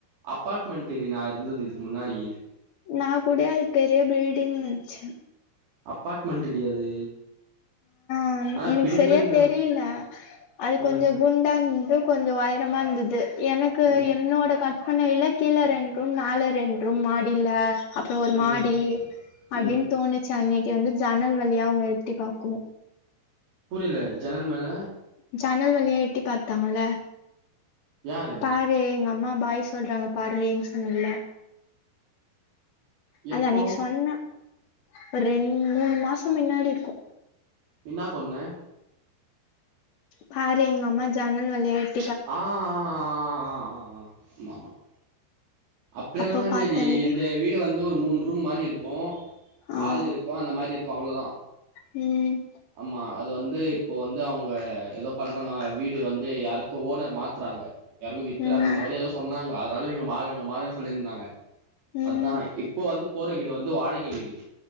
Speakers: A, on the right (about 70°); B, on the left (about 65°).
A: அப்பார்ட்மெண்ட்டுட்டி நா இருந்தது இதுக்கு முன்னாடி
B: நா கூட அது பெரிய பில்டிங் நெச்சே
A: அப்பார்ட்மெண்ட்டுடி அது
B: ஆ
A: ஆனா
B: எனக்கு
A: பில்டிங்
B: செரியா
A: தா
B: தெரியல அது
A: ம்
B: கொஞ்சோ குண்டாருந்து கொஞ்சோ உயரமாருந்தது எனக்கு
A: ம்
B: என்னோட காட் ஆனா எல்லா கீழ ரெண்டு ரூம் மேல ரெண்டு ரூம் மாடியில அப்புறோ ஒரு மாடி
A: ம்
B: அப்டின்னு
A: ம்
B: தோணுச்சு அன்னைக்கி வந்து ஜன்னல் வழியா அவுங்க எட்டி பாக்குவோம்
A: புரியல ஜென்னல் மேல
B: ஜன்னல் வழியா எட்டி பாத்தாங்கள
A: யாரு
B: பாரு எங்க அம்மா பாய் சொல்றாங்க பார்டின்னு சொன்னல்ல
A: எப்போ
B: அது அன்னைக்கி சொன்ன ஒரு ரெண்டு மூணு மாசோ முன்னாடி இருக்கு
A: என்னா சொன்ன
B: பாரு எங்க அம்மா ஜான்னல் வழியா எட்
A: ஆ ஆ ஆ ஆ ஆ ஆ ஆமாமா அப்படியெல்லா
B: அப்ப
A: இல்லடி
B: பாத்தே விடு
A: இந்த வீடு வந்து ஒரு மூணு ரூம் மாரி இருக் கு
B: ஆ
A: ஆள்ருக்கு அந்த மாரி இருக்கு அவ்ளோதா
B: ம்
A: ஆமா அது வந்து இப்போ வந்து அவுங்க ஏதோ பண்றாங்க வீடு வந்து யாருக்கு ஓனர் மாத்துறாங்க யாருக்கோ விக்குறாங்க
B: ம்
A: அந்த மாரி ஏதோ சொன்னாங்க அதனால நீங்க மாறுங்க மாறுங்க சொல்லியிருந்தாங்க
B: ம்
A: அதா இப்போ வந்து போற வீடு வந்து வாடகை வீடு